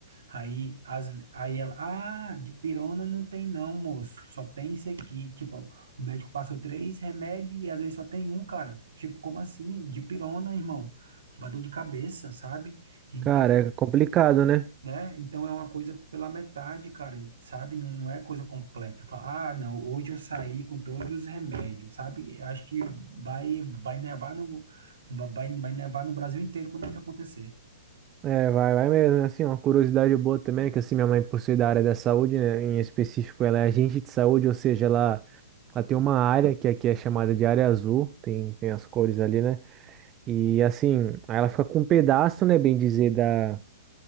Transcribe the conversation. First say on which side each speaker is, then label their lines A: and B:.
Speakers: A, on the right; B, on the right.
A: Aí, as, aí ela, ah, de pirona não tem não, moço, só tem isso aqui. Tipo, o médico passou três remédios e às vezes só tem um, cara. Tipo, como assim? Dipirona, irmão. Uma dor de cabeça, sabe? Então,
B: Cara, é complicado, né?
A: né? Então é uma coisa pela metade, cara, sabe? Não, não é coisa completa. Fala, Ah, não, hoje eu saí com todos os remédios, sabe? Eu Acho que vai, vai nevar no, vai, vai nevar no Brasil inteiro quando isso acontecer.
B: É, vai, vai mesmo. É Assim, uma curiosidade boa também, é que assim, minha mãe, por ser da área da saúde, né? Em específico, ela é agente de saúde, ou seja, ela, ela tem uma área que aqui é chamada de área azul, tem, tem as cores ali, né? E assim, aí ela fica com um pedaço, né, bem dizer, da.